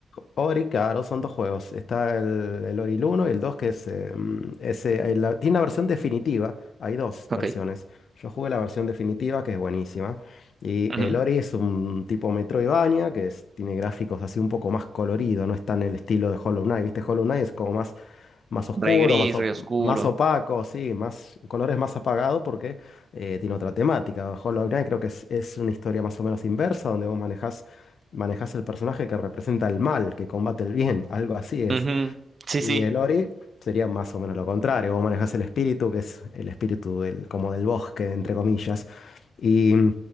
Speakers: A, on the left; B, on the right.
A: Ori, claro, son dos juegos. Está el, el Ori 1 y el 2 que es, eh, mm, es, eh, la- tiene una versión definitiva. Hay dos
B: Ok.
A: versiones. Yo jugué la versión definitiva, que es buenísima. Y
B: Ujú.
A: el Ori es un tipo Metroidvania, que es- tiene gráficos así un poco más colorido, no está en el estilo de Hollow Knight. ¿Viste? Hollow Knight es como más, más oscuro,
B: Rey gris,
A: más, op-
B: rey oscuro.
A: más opaco, sí, más colores más apagados porque eh, tiene otra temática. Hollow Knight creo que es, es una historia más o menos inversa, donde vos manejás manejas el personaje que representa el mal, que combate el bien, algo así es.
B: Ujú. Sí,
A: Y
B: sí.
A: el Ori sería más o menos lo contrario, vos manejas el espíritu, que es el espíritu del, como del bosque, entre comillas. Y